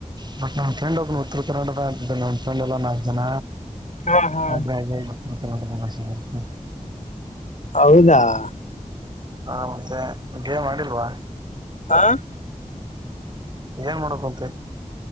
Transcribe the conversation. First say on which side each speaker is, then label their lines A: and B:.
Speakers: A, on the right; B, on the left.
A: ಬಟ್ ನ್ ಫ್ರೆಂಡ್ ಒಬ್ ಉತ್ತರ ಕನ್ನಡದತಿದ್ದೆ ನಮ್ಮ ಫ್ರೆಂಡ್ಲ್ಲ ನಾಕ್ತನ
B: ಹಾ ಹಾ
A: <unintelligible> ಅಷ <unintelligible>
B: ಹೌದಾ <unintelligible>
A: ಹ ಮತ್ತೆ ಗೇಮ್ ಆಡಿಲ್ವಾ <unintelligible>
B: ಹಾ <unintelligible>
A: ಏನ್ ಮಾದಕುಂತಿ